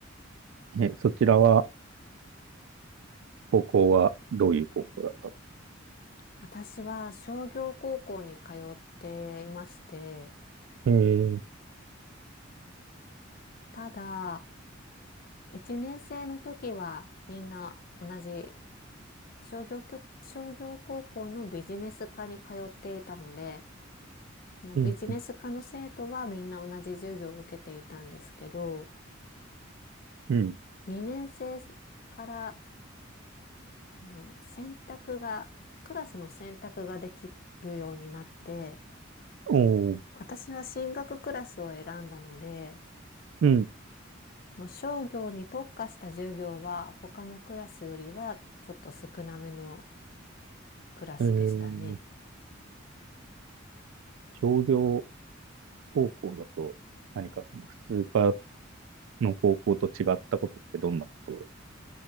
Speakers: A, on the right; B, on the left.
A: え、そちらは、高校はどういう高校だったの
B: 私は商業高校に通っていまして、
A: えー、
B: ただ、1年生の時はみんな同じ商業きょ、商業高校のビジネス科に通っていたので、そのビジネス科の生徒はみんな同じ授業を受けていたんですけど、
A: うん、んうん。
B: 2年生からの選択が、クラスの選択ができるようになって、
A: おー
B: 私は進学クラスを選んだので、
A: うん。
B: その商業に特化した授業は他のクラスよりはちょっと少なめのクラスでしたね。
A: えー、商業高校だと、何かその普通科の高校と違ったことってどんなことを